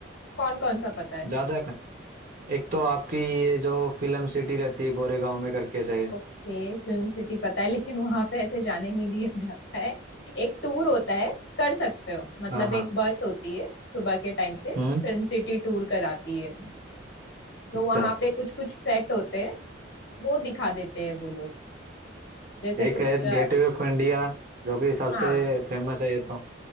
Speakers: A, on the left; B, on the right.
A: कौन कौन सा पता है
B: ज्यादा का- एक तो आपकी ये जो फिल्म सिटी रहती है गोरेगांव में करके शायद
A: ओके फिल्म सिटी पता है लेकिन वहां पे ऐसे जाने नहीं दिया <laughs> जाता है एक टूर होता है कर सकते हो मतलब
B: हाँ हाँ
A: एक बस होती है सुबह के टाइम पे
B: हम्म
A: फिल्म सिटी टूर कराती है तो
B: अच्छा।
A: वहां पे कुछ कुछ सेट होते हैं वो दिखा देते हैं वो लोग जैसे
B: एक
A: कुछ
B: है
A: अ,
B: गेटवे ऑफ इंडिया जो कि सबसे
A: हाँ
B: फेमस है ये तो